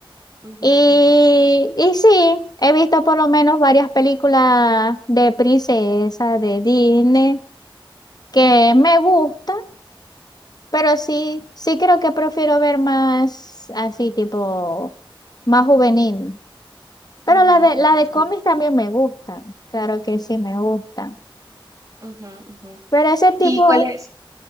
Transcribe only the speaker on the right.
ujú,
ujú,
ujú,
ujú,
sí,
ujú, ujú.
¿Y
cuál es?